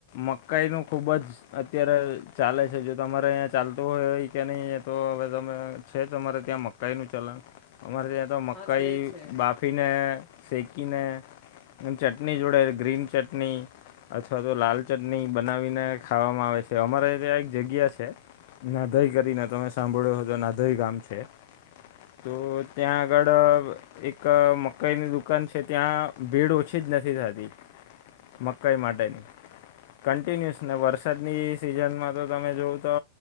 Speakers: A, on the left (about 60°); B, on the left (about 45°).
A: મકાઈનું ખૂબ જ અત્યારે ચાલે છે જો તમારે અ્યાં ચાલતું હોય કે નહી તો હવે તમે છે જ તમારે ત્યાં મ મકાઈનું ચલણ અમારે ત્યાં તો મકાઈ
B: હા શહેર છે
A: બાફીને શેકીને ચટણી જોડે ગ્રીન ચટણી અથવા તો લાલ ચટણી બનાવીને ખાવામાં આવે છે અમારે ત આ એક જગ્યા છે. નાધઈ કરીને તમે સાંભળ્યો તો નાધઈ ગામ છે. તો ત્યાં આગળ એક મકઈની દુકાન છે ત્યાં ભીડ ઓછી જ નથી થતી. મકાઈ માટેની કન્ટિન્યુઅસ ને વરસાદની સિઝનમાં તો તમે જોવં તો